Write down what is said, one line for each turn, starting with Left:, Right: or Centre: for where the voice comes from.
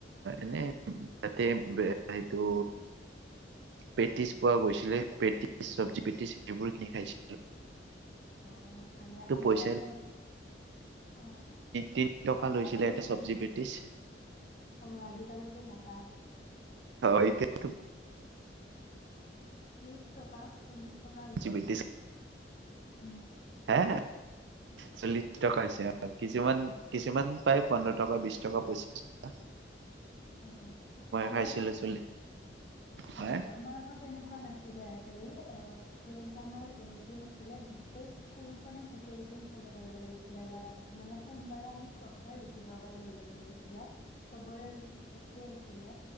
Right: এনে তাতে সেইটো‌ পেটিছ পোৱা গৈছিলে পেটিজ, চব্জি পেটিজ সেইবোৰ খিনি খাইছিল
Left: অহ ভালে আমাৰ
Right: পইচাই
Left: এখন অ
Right: তিনি টকা
Left: আমাৰ
Right: লৈছিলে
Left: পইচা
Right: এটা চব্জি
Left: নাছিল
Right: পেটিছ
Left: অ আজিকালটো নাপায়
Right: অ এতিয়াতো
Left: ত্ৰিশ টকা চল্লিছ টকা
Right: চব্জি
Left: হৈছে‌
Right: পেটিছ
Left: উম‌
Right: এ চল্লিশ টকা হৈছে কিছুমান কিছুমান পাই পোন্ধৰ টকা, বিশ টকা, পঁচিশ টকা
Left: অ আমাৰ
Right: খাইছিলো
Left: আক,
Right: চলি হে
Left: অ আমাৰ আকত তেনেকুৱা নাছিল‌ ছিলে হেৰি অ কি বুলি কয় আমাৰ ৰুটিন আছিলে গোটেই স্কুল খনে সেইটো ৰুটিন ফল' কৰিব লাগিছিলে মানে সোমবাৰে আমি চবে ৰুটি তৰকাৰী লৈ যাব লাগিছিলে চবৰে ৰু টি একে আছিলে।